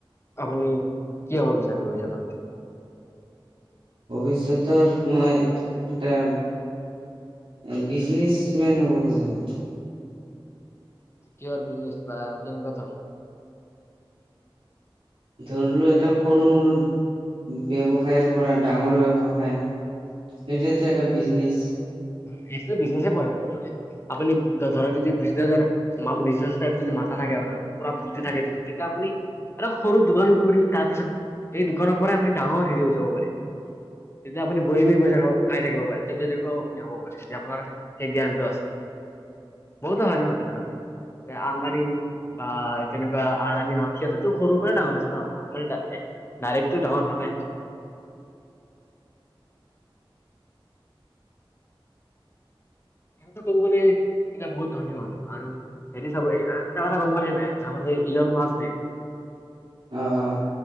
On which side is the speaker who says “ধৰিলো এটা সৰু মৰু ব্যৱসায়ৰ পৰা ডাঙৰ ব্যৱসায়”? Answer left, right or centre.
Right